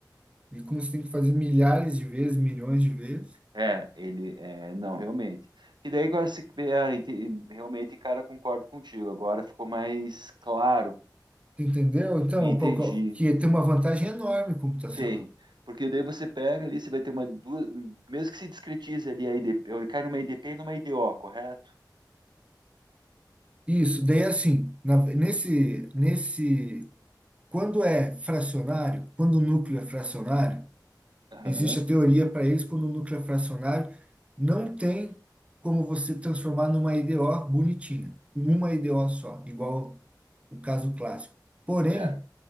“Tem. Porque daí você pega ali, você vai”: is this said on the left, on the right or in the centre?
Right